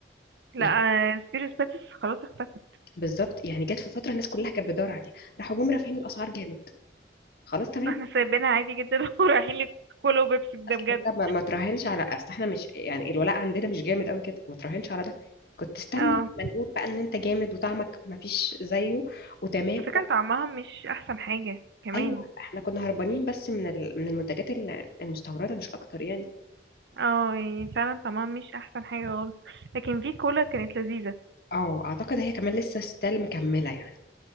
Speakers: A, on the right; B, on the left.
A: لا
B: يعني
A: سبيروس باتس خلاص اختفت
B: بالظبط يعني جت في فتره الناس كلها كانت بتدور عليها راحوا جم رافعين الاسعار جامد خلاص تمام
A: احنا سايبينها عادي جدا <laughs> ورايحين لكولا وبيبسي ده
B: اصل
A: بجد
B: انت ما ما تراهنش على اصل احنا مش يعني الولاء عندنا مش جامد قوي كده ما تراهنش على ده كنت استنى
A: اه
B: لما نقول بقى ان انت جامد وطعمك ما فيش زيه وتمام
A: على فكرة طعمها مش احسن حاجة كمان
B: ايوه احنا كنا هربانين بس من ال- من المنتجات ال- المستورده مش اكتر يعني
A: اه يعني فعلا طعمها مش احسن حاجة خالص لكن في كولا كانت لذيذة
B: اه اعتقد هي كمان لسه ستيل مكمله يعني